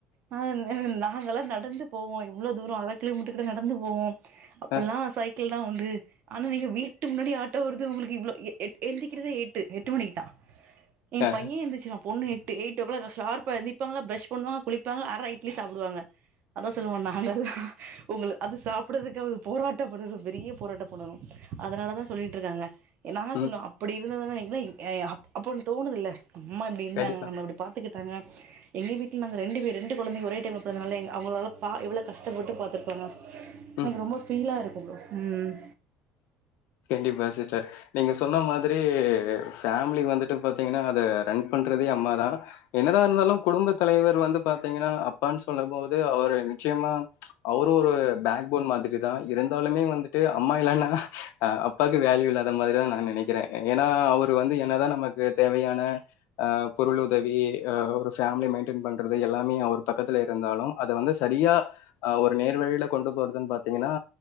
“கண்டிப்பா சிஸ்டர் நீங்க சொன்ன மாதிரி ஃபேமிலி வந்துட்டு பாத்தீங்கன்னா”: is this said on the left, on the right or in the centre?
Left